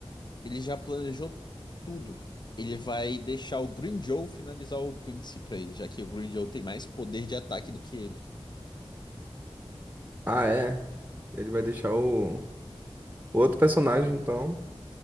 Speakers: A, on the left; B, on the right.
A: ele já planejou tudo. Ele vai deixar o Green Joe finalizar o Quincy pra ele, já que o Green Joe tem mais poder de ataque do que ele.
B: Ah, é. Ele vai deixar o. Outro personagem, então,